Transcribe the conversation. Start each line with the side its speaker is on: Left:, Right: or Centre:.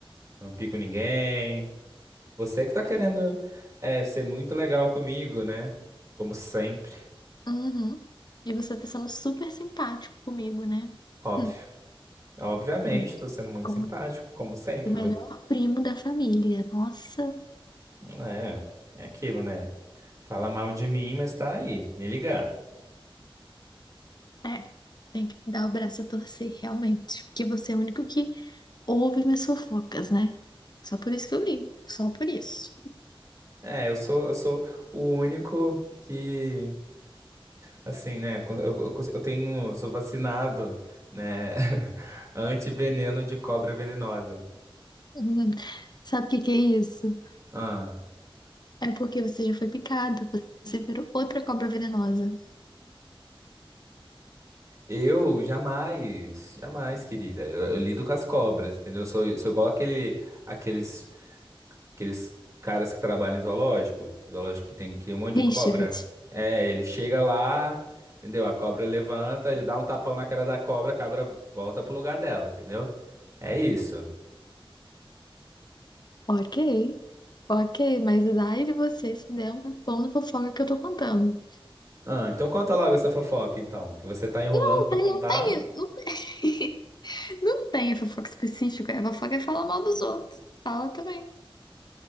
Right: não pico ninguém. Você que tá querendo é, ser muito legal comigo, né? Como sempre,
Left: Uhum. E você tá sendo super simpático comigo, né?
Right: óbvio.
Left: Hum,
Right: Obviamente,
Left: hum.
Right: tô sendo muito
Left: Como
Right: simpático, como sempre.
Left: o melhor primo da família. Nossa,
Right: É, é aquilo, né? Fala mal de mim, mas tá aí, me ligando.
Left: é. Tem que dar o braço a torcer, realmente. Porque você é o único que ouve minhas fofocas, né? Só por isso que eu ligo. Só por isso.
Right: É, eu sou, eu sou o único que, assim, né? Eu, eu, eu tenho, eu sou vacinado, né? <laughs> Antiveneno de cobra venenosa.
Left: Uhum. Sabe o que que é isso?
Right: Ah,
Left: É porque você já foi picado. Você virou outra cobra venenosa.
Right: eu jamais, jamais, querida. Eu, eu lido com as cobras, entendeu? Eu sou, sou igual aquele, aqueles Aqueles caras que trabalham em zoológico, zoológico que tem que um monte de
Left: Richard.
Right: cobra. É, ele chega lá, entendeu? A cobra levanta, ele dá um tapão na cara da cobra, a cobra volta pro lugar dela, entendeu? É isso.
Left: Ok. Ok, mas daí de você se der um tapão na fofoca que eu tô contando.
Right: Ah, então conta logo essa fofoca, então, que você tá enrolando
Left: Não
Right: pra
Left: tem,
Right: contar.
Left: não tem, não tem, <laughs> não tem fofoca específica. A fofoca é falar mal dos outros. Fala também.